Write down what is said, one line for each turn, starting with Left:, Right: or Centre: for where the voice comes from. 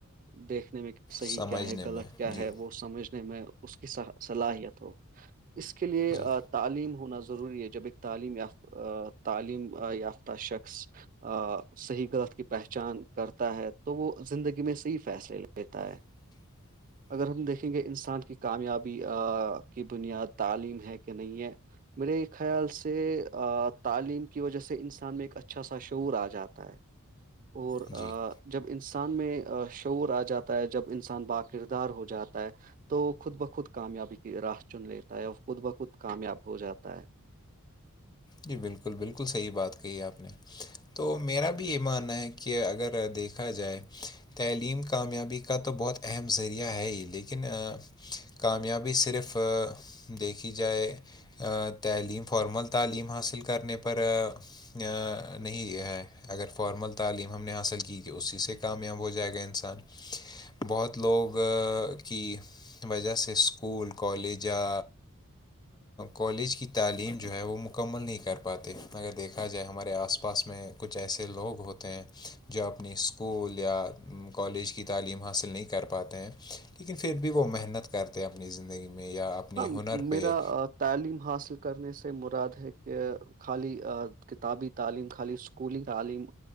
Right: دیکھنے میں صحیح
Left: سمجھنے
Right: کیا ہے غلط
Left: میں
Right: کیا
Left: جی
Right: ہے وہ سمجھنے میں اس کی صلاحیت ہو اس کے لیے
Left: جی
Right: تعلیم ہونا ضروری ہے جب ایک تعلیم یا تعلیم یافتہ شخص آ صحیح غلط کی پہچان کرتا ہے تو وہ زندگی میں صحیح فیصلے لیتا ہے
Left: <inaudible>
Right: اگر ہم دیکھیں گے انسان کی کامیابی کی بنیاد تعلیم ہے کہ نہیں ہے میرے خیال سے آ تعلیم کی وجہ سے انسان میں ایک اچھا سا شعور آ جاتا ہے اور
Left: جی
Right: آ،
Left: <inaudible>
Right: جب انسان میں شعور آ جاتا ہے جب انسان با کردار ہو جاتا ہے تو خود بخود کامیابی کی راہ چن لیتا ہے اور خود بخود کامیاب ہو جاتا ہے
Left: جی بالکل بالکل صحیح بات کہی ہے آپ نے تو میرا بھی یہ ماننا ہے کہ اگر دیکھا جائے تعلیم کامیابی کا تو بہت اہم ذریعہ ہے ہی لیکن کامیابی صرف دیکھی جائے تعلیم فارمل تعلیم حاصل کرنے پر نہیں ہے اگر فارمل تعلیم ہم نے حاصل کی تو اسی سے کامیاب ہو جائے گا انسان <inaudible> بہت لوگ کی وجہ سے اسکول کالجہ کالج کی تعلیم جو ہے وہ مخ مکمل نہیں کر پاتے اگر دیکھا جائے ہمارے آس پاس میں کچھ ایسے لوگ ہوتے ہیں جو اپنی اسکول یا کالج کی تعلیم حاصل نہیں کر پاتے ہیں لیکن پھر بھی وہ محنت کرتے ہیں اپنی زندگی میں یا اپنے
Right: ہاں
Left: ہنر پہ
Right: میرا آ، تعلیم حاصل کرنے سے مراد ہے کہ خالی کتابی تعلیم خالی اسکولی تعلیم